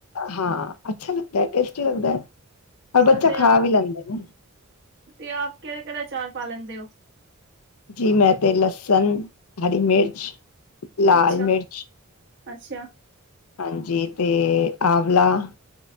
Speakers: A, on the left (about 85°); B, on the right (about 55°).
A: ਹਾਂ, ਅੱਛਾ ਲੱਗਦਾ ਹੈ, ਟੇਸਟੀ ਲੱਗਦਾ। ਔਰ
B: ਹਾਂ
A: ਬੱਚਾ
B: ਤੇ ਆ
A: ਖਾ ਵੀ ਲੈਂਦਾ।
B: ਤੇ ਆਪ ਕਿਹੜੇ -ਕਿਹੜੇ ਅਚਾਰ ਪਾ ਲੈਂਦੇ ਹੋ।
A: ਜੀ ਮੈਂ ਤੇ ਲਸਨ, ਹਰੀ ਮਿਰਚ ਲਾਲ
B: ਅੱਛਾ,
A: ਮਿਰਚ
B: ਅੱਛਾ
A: ਹਾਂਜੀ, ਤੇ ਆਵਲਾ-